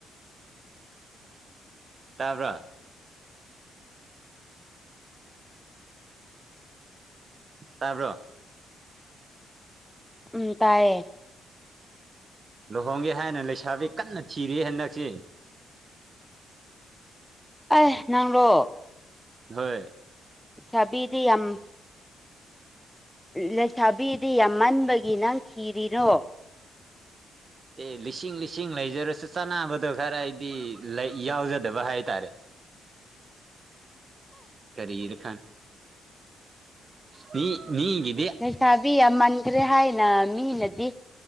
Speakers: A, on the right; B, in the centre.
A: ꯇꯥꯕ꯭ꯔꯥ ꯇꯥꯕ꯭ꯔꯣ
B: ꯎꯝ ꯇꯥꯏꯌꯦ
A: ꯂꯨꯍꯣꯡꯒꯦ ꯍꯥꯏꯅ ꯂꯩꯁꯥꯕꯤ ꯀꯟꯅ ꯊꯤꯔꯤ ꯍꯟꯗꯛꯁꯤ
B: ꯑꯩ ꯅꯪꯂꯣ
A: ꯅꯣꯏ
B: ꯂꯩꯁꯥꯕꯤꯗꯤ ꯌꯥꯝ ꯂꯩꯁꯥꯕꯤꯗꯤ ꯌꯥꯝ ꯃꯟꯕꯒꯤ ꯅꯪ ꯊꯤꯔꯤꯔꯣ
A: ꯑꯦ ꯂꯤꯁꯤꯡ ꯂꯤꯁꯤꯡ ꯂꯩꯖꯔꯁꯨ ꯆꯥꯅꯕꯗꯣ ꯈꯔ ꯑꯩꯗꯤ ꯌꯥꯎꯖꯗꯕ ꯍꯥꯏꯇꯥꯔꯦ ꯀꯔꯤꯔ ꯈꯥꯟ ꯃꯤ ꯃꯤꯒꯤꯗꯤ
B: ꯂꯩꯁꯥꯕꯤ ꯌꯥꯝꯃꯟꯈ꯭ꯔꯦ ꯍꯥꯏꯅ ꯃꯤꯅꯗꯤ